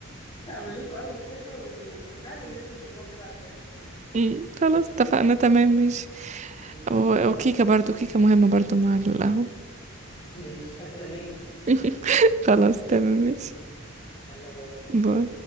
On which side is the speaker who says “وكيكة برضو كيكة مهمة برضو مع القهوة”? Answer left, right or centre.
Right